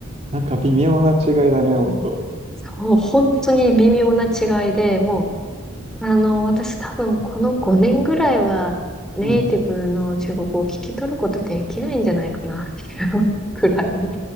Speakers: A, on the right; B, in the centre.
A: なんか微妙な違いだね、ほんと。
B: そう、本当に微妙な違いで、もうあの、私多分この5年ぐらいはネイティブの中国語を聞き取ることできないんじゃないかなっていう
A: うん。
B: <laughs> くらいに。